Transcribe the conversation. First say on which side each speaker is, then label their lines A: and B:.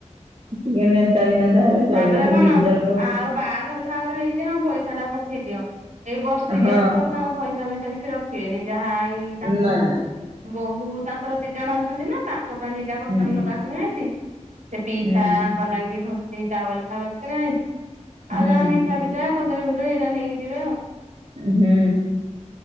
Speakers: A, on the right; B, on the right.
A: ଟିକେ ନେତା ବିନେତା ହେଲେ
B: ତାପରେ
A: ଚଳିବ
B: କଣ
A: କିନ୍ତୁ ନିଜର ଲୋ
B: ଆଉ ବାହାଘର ଫାହାଘର ହେଇ ଯେ ମୋ ପଇସା ଟା ପଠେଇ ଦିଅ ଏଇ ବର୍ଷିକିଆରେ
A: ହଁ
B: ତ ତାଙ୍କ ପଇସା ଫଇସା କିଛି ରଖିବେନି ଯାହା ଏଇ ତାଙ୍କ
A: ନା
B: ବୋହୂ ତାଙ୍କର ଦି ଜଣ ଅଛନ୍ତି ନା ତାଙ୍କ ପାଇଁ ଦିଟା କଟନ୍
A: ହୁଁ
B: ଲୁଗା କିଣା ହେଇଚି। ସେଟି
A: ହୁଁ
B: ସାରଙ୍କ ନାଗି ଧେତି ଟାୱଲେ୍ ଫାୱଲେ୍ କିଣା ହେଇଚି ଆଉ
A: ହୁଁ
B: ଯାହା ମିଠାପି ଯାହା କଦଳୀ ଫଦଳୀ ଏଇରା ନେଇକି ଯିବେ ଆଉ।
A: ହୁଁ।